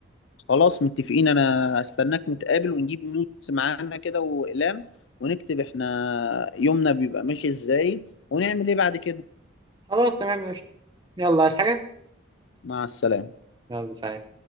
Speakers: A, on the left (about 65°); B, on the right (about 20°).
A: خلاص متفقين انا هستناك نتقابل ونجيب نوت معانا كده واقلام ونكتب احنا يومنا بيبقى ماشي ازاي ونعمل ايه بعد كده
B: خلاص تمام ماشي يلا عايز حاجة؟
A: مع السلامة
B: يلا سلام